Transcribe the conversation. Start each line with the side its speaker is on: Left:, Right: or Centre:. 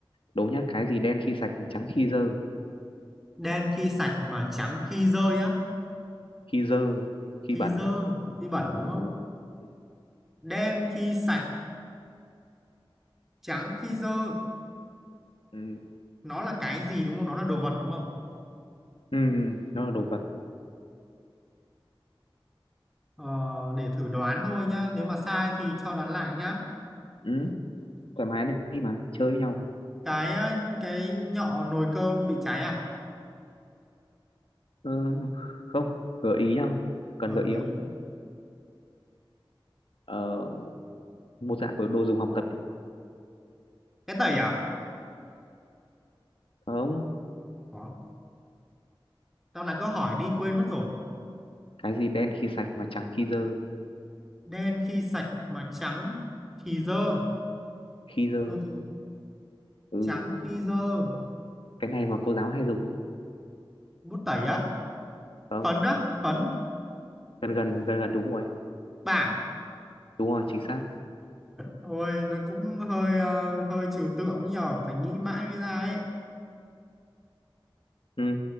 Left: Đố nhá, cái gì đen khi sạch mà trắng khi dơ.
Centre: đen khi sạch mà trắng khi rơi á
Left: Khi dơ, khi
Centre: khi
Left: bẩn
Centre: dơ
Left: đấy.
Centre: khi bẩn đúng không
Left: Ừ. Ừ,
Centre: đen khi sạch trắng khi dơ
Left: ừ,
Centre: nó là cái gì đúng không nó là đồ vật đúng không
Left: ừ, ừ, nó là đồ vật.
Centre: Ờ, để thử đoán thôi nhá nếu mà sai thì cho đoán lại nhá
Left: Ừ, thoải mái đi mà, chơi với nhau.
Centre: cái ờ, cái nhọ nồi cơm bị cháy à
Left: Ừ, không, gợi ý nhau. Cần
Centre: Ờ
Left: gợi ý
Centre: vậy
Left: không? Ờ, một dạng của đồ dùng học tập đi.
Centre: cái tẩy à?
Left: Không,
Centre: Có. Tao lại có hỏi đi quên mất rồi.
Left: cái gì đen khi sạch mà trắng khi dơ.
Centre: Đen khi sạch mà trắng thì dơ.
Left: Khi dơ,
Centre: Ờ, thì
Left: ừ.
Centre: Trắng khi dơ.
Left: cái này mà cô giáo hay dùng ấy
Centre: Bút tẩy á?
Left: phải không
Centre: Phấn á? Phấn.
Left: gần gần gần gần đúng rồi ấy.
Centre: Bảng.
Left: đúng rồi chính xác
Centre: Ôi nó cũng hơi ờ, hơi trừu tượng nhờ. Phải nghĩ mãi mới ra ấy.
Left: ừ.